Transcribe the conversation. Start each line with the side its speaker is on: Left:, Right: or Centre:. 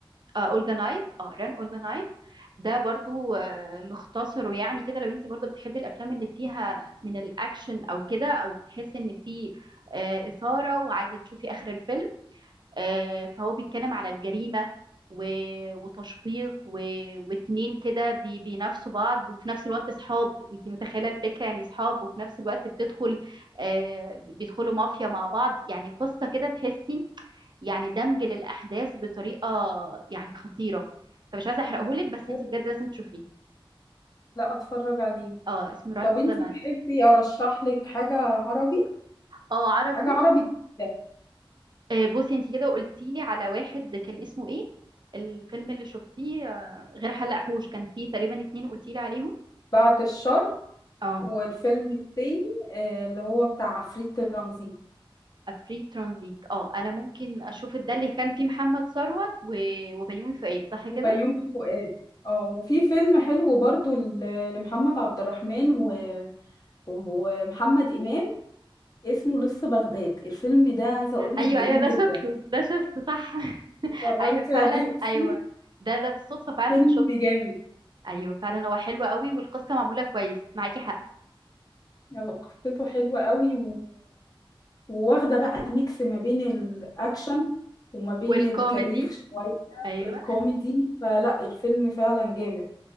Right: اول ذا نايت اه ران اول ذا نايت ده برضو آه، مختصر ويعني كده لو انت برضو بتحبي الافلام اللي فيها من الاكشن او كده او بتحسي ان في آه، اثاره وعايزه تشوفي اخر الفيلم آه، فهو بيتكلم على الجريمة و- وتشويق و... واتنين كده بي... بينافسوا بعض وفي نفس الوقت صحاب انت متخيلة الفكرة يعني صحاب وفي نفس الوقت بتدخل آه، بيدخلوا مافيا مع بعض يعني قصة كده تحسي يعني دمج للأحداث بطريقة يعني خطيرة فمش عايزة احرقهولك بس
Left: حلو.
Right: انت بجد لازم تشوفيه
Left: لا اتفرج عليه
Right: اه اسمه ران
Left: طب
Right: اوف
Left: انتي
Right: ذا نايت
Left: تحبي ارشح لك حاجة عربي
Right: اه عربي
Left: حاجة عربي كده
Right: آه، بصي انت كده قلتي لي على واحد كان اسمه ايه الفيلم اللي شفتيه آه، غير حلق حوش كان فيه تقريبا اتنين قلتي لي عليهم
Left: بعد الشر
Right: اه
Left: والفيلم التاني آه، اللي هو بتاع عفريت ترانزيت
Right: فري ترانزيت اه انا ممكن اشوف ده اللي كان فيه محمد ثروت و... وبيومي فؤاد صح كده
Left: وبيومي فؤاد اه وفي فيلم حلو برضو ل- لمحمد عبد الرحمن و... ومحمد إمام اسمه لص بغداد الفيلم ده عايزة اقول
Right: ايوه
Left: لك جميل
Right: ايوه ده
Left: جدا
Right: شفته ده شفته صح <laughs>
Left: اتفرجتي
Right: ايوه فعلا
Left: عليه اقسم
Right: ايوه ده ده بالصدفه فعلا
Left: فيلم
Right: شفته
Left: جامد
Right: ايوه فعلا هو حلو قوي والقصه معموله كويس معاكي حق
Left: هو قصته حلوة قوي وواخدة بقى ميكس ما بين الأكشن وما بين
Right: والكوميدي
Left: التاريخ شوية
Right: ايوه
Left: والكوميدي فلا الفيلم فعلا جامد